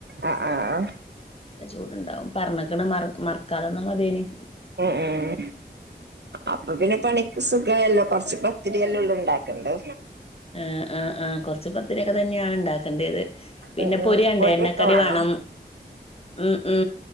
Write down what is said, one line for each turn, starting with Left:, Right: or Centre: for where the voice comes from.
Right: ആഹ് ആഹ്
Left: ചൂട്ണ്ടാവും പറഞ്ഞക്കണ് മർ മറക്കാതിന്ന മതിയെനി.
Right: ഉം ഉം അപ്പൊ പിന്നെ പണിക്ക് സുകായല്ലോ കൊറച്ച് പത്തിരിയല്ലെള്ളു ഉണ്ടാക്കണ്ടെ?
Left: ആഹ് ആഹ് ആ കൊറച്ച് പത്തിരിയൊക്കെ തന്നെ. യാണ് ണ്ടാക്കേണ്ടത് പിന്നെ
Right: ഉം
Left: പൊരിയാണ്ടെ
Right: ഉം പൊരിയൊക്കെ
Left: എണ്ണക്കടി
Right: വേണോ
Left: വേണം മ് മ്